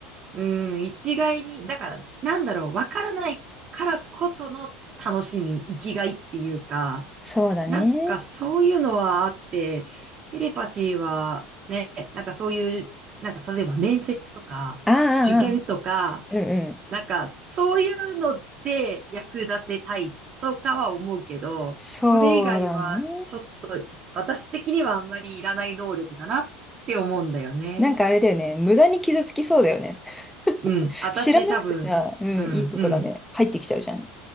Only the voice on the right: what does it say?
うん、一概に、だから、なんだろう、わからないからこその楽しみ、生きがいっていうか、
なんかそういうのはあって、テレパシーはね、なんかそういう、なんか例えば面接とか、
受験とか、
なんかそういうので役立てたいとかは思うけど、
それ以外はちょっと私的にはあんまりいらない能力だなって思うんだよね。
うん、私多分、
うん、
うん。